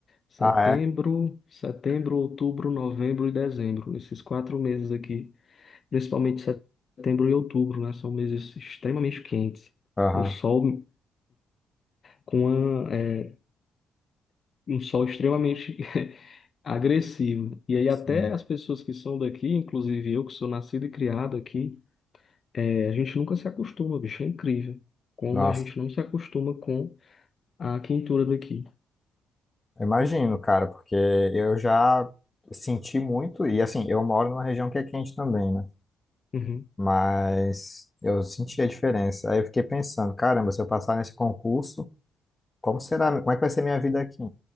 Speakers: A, on the left; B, on the left.
A: Setembro,
B: Ah, é?
A: setembro, outubro, novembro e dezembro. Esses quatro meses aqui. principalmente setembro e outubro, né? São meses extremamente quentes.
B: Aham.
A: O sol com uma, é, um sol extremamente <laughs> agressivo. E aí
B: Sim.
A: até as pessoas que são daqui, inclusive eu que sou nascido e criado aqui, é, a gente nunca se acostuma, bicho, é incrível. Como
B: Nossa.
A: a gente não se acostuma com a quentura daqui.
B: Imagino, cara, porque eu já senti muito, e assim, eu moro numa região que é quente também, né?
A: Uhum.
B: Mas eu senti a diferença. Aí eu fiquei pensando, caramba, se eu passar nesse concurso, como será, como é que vai ser minha vida aqui?